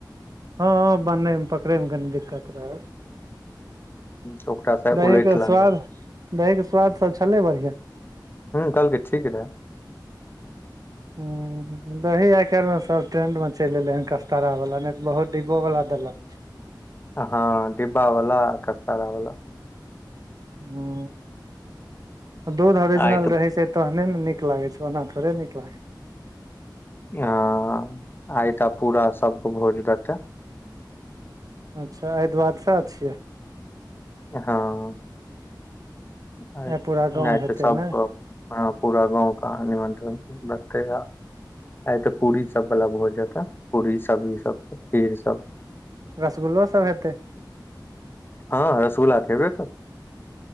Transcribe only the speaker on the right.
हँ बनैमे पकड़ैमे कनी दिक्कत रहल
दहीे
के
स्वाद
दही के स्वाद सब छलै बढ़िआं
हू दही आइकाल्हिमे सब ट्रेंड मे चलि एलै हन कच्कारा वला नहि तऽ बहुत डिब्बो बला देलक
हूंम्म दूध ओरिजिनल
रहै छै तहने ने नीक लागै छै ओना थोड़े नीक लागै छै
अच्छा आए द्वावदशा छियै
आइ पूरा गाँव
हेतै
ने
रसगुल्लो सब हेतै